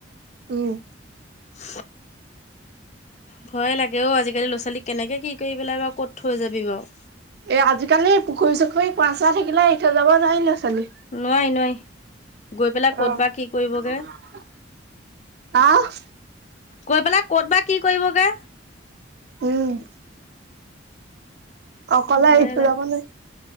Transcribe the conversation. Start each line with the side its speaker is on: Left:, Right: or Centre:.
Right: উম',
Left: <unintelligible> ভয় লাহে ও আজি কালি লৰা ছোৱালীক কেনেকৈ কি কৰি পেলাই বাৰু কত থৈ যাব বাৰু।
Right: এ, আজিকালি পুখুৰী-চুখুৰী কোৱা-চোৱা থাকিলে এতিয়া যাব নোৱাৰি।
Left: নোৱাৰি নোৱাৰি গৈ পেলাই ক'ত
Right: অহ,
Left: বা কি কৰিবগে
Right: আহ,
Left: গৈ পেলাই কত বা কি কৰিবগে।
Right: উম', অ, কলে
Left: ভয়ে
Right: আহিছো,
Left: লাগে
Right: যাব নাই।